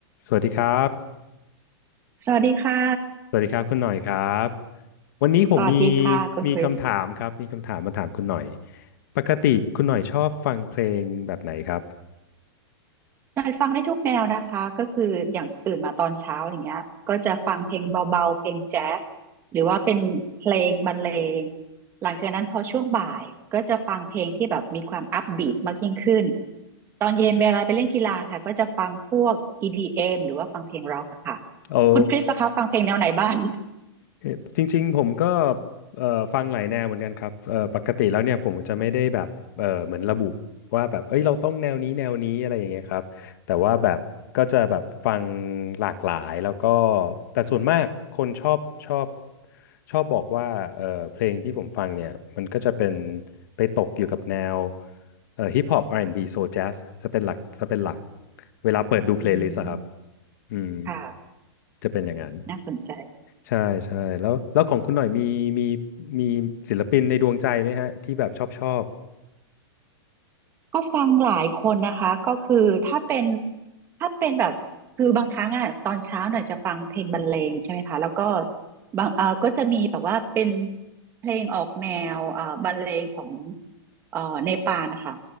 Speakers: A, on the left (about 45°); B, on the right (about 15°).
A: สวัสดีครับ
B: สวัสดีค่ะ
A: สวัสดีครับคุณหน่อยครับ วันนี้ผมมี
B: สวัสดีค่ะคุณคริส
A: มีคำถามครับ มีคำถามมาถามคุณหน่อย ปกติคุณหน่อยชอบฟังเพลงแบบไหนครับ
B: หน่อยฟังได้ทุกแนวนะคะก็คืออย่างตื่นมาตอนเช้าอย่างเงี้ยก็จะฟังเพลงเบาๆเพลงแจ๊สหรือว่าเป็นเพลงบรรเลงหลังจากนั้นพอช่วงบ่ายก็จะฟังเพลงที่แบบมีความอัพบีทมากยิ่งขึ้น ตอนเย็นเวลาไปเล่นกีฬาค่ะก็จะฟังพวก EDM หรือว่าฟังเพลงร็อกอะค่ะ
A: โอ้
B: คุณคริสคะฟังเพลงแนวไหนบ้าง
A: เอ่อจริงๆผมก็เอ่อฟังหลายแนวเหมือนกันครับเอ่อปกติแล้วเนี่ยผมจะไม่ได้แบบเอ่อเหมือนระบุว่าแบบเอ้ยเราต้องแนวนี้แนวนี้อะไรอย่างเงี้ยครับแต่ว่าแบบก็จะแบบฟังหลากหลายแล้วก็แต่ส่วนมากคนชอบชอบชอบบอกว่าเอ่อเพลงที่ผมฟังเนี่ยมันก็จะเป็นไปตกอยู่กับแนวเอ่อฮิปฮอป R&B โซ l แจ๊สจะเป็นหลักจะเป็นหลักเวลาเปิดดูเพลย์ลิสต์อะครับ
B: อืม
A: อืม
B: ค่ะ
A: จะเป็นอย่างนั้น
B: น่าสนใจ
A: ใช่ใช่แล้วแล้วของคุณหน่อยมีมีมีศิลปินในดวงใจไหมฮะที่แบบชอบชอบ
B: ก็ฟังหลายคนนะคะก็คือถ้าเป็นถ้าเป็นแบบคือบางครั้งอ่ะตอนเช้าหน่อยจะฟังเพลงบรรเลงใช่ไหมคะแล้วก็บางเออก็จะมีแบบว่าเป็นเพลงออกแนวเออบรรเลงของเออเนปาลนะคะ